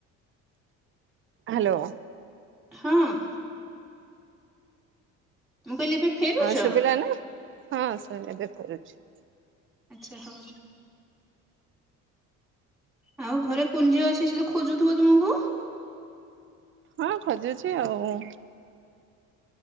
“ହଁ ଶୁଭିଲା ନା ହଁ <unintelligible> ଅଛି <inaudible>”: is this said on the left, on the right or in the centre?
Right